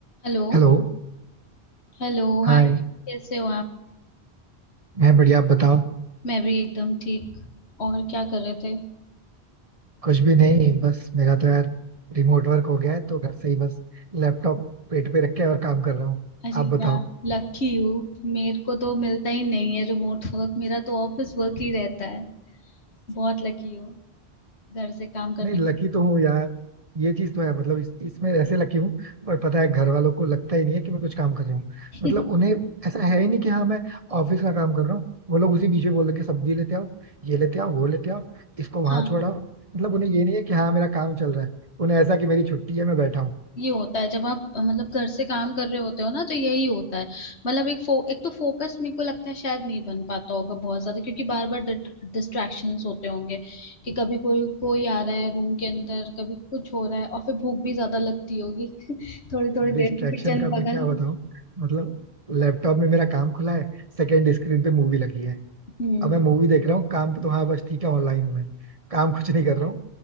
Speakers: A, on the left; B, on the right.
A: Hello
B: Hello
A: Hello
B: hi
A: hi कैसे हो आप
B: मैं बढ़िया आप बताओ
A: मैं भी एकदम ठीक और क्या कर रहे थे
B: कुछ भी नहीं बस मेरा तो यार रिमोट वर्क हो गया है तो घर से ही बस लैपटॉप पेट पे रख के और काम कर रहा हूँ
A: अरे
B: आप बताओ
A: यार लकी हूँ मेरे को तो मिलता ही नहीं है रिमोट वर्क मेरा तो ऑफिस वर्क ही रहता है बहुत लकी हो घर से काम करने
B: नहीं लकी तो हूँ यार ये चीज तो है मतलब इस, इसमें ऐसे लकी हूँ पर पता है घर वालों को लगता ही नहीं है कि मैं कुछ काम कर रहा हूँ
A: <laughs>
B: मतलब उन्हें ऐसा है ही नहीं कि हाँ मैं ऑफिस का काम कर रहा हूँ वो लोग उसी बीच में बोल देंगे सब्जी लेते आओ ये लेते आओ वो लेते आओ इसको वहां
A: हाँ
B: छोड़ाओ मतलब उन्हें ये नहीं है कि हाँ मेरा काम चल रहा है उन्हें ऐसा कि मेरी छुट्टी है मैं बैठा हूँ
A: ये होता है जब आप अ, मतलब घर से काम कर रहे होते हो ना तो यही होता है मतलब एक फो, एक तो फोकस मेरे को लगता है शायद नहीं बन पाता होगा बहुत ज्यादा क्योंकि बार बार डिस्ट्रैक्शंस होते होंगे कि कभी कोई कोई आ रहा है रूम के अंदर कभी कुछ हो रहा है और फिर भूख भी ज्यादा लगती होगी <laughs> थोड़ी थोड़ी
B: डिस्ट्रैक्शन
A: देर में किचन
B: का मैं
A: बगल
B: क्या बताऊं
A: <laughs>
B: मतलब लैपटॉप में मेरा काम खुला है सेकेंड स्क्रीन पे मूवी लगी है
A: हम्म
B: अब मैं मूवी देख रहा हूँ काम पे तो हाँ बस ठीक है ऑनलाइन हूँ मैं काम कुछ नहीं कर रहा हूँ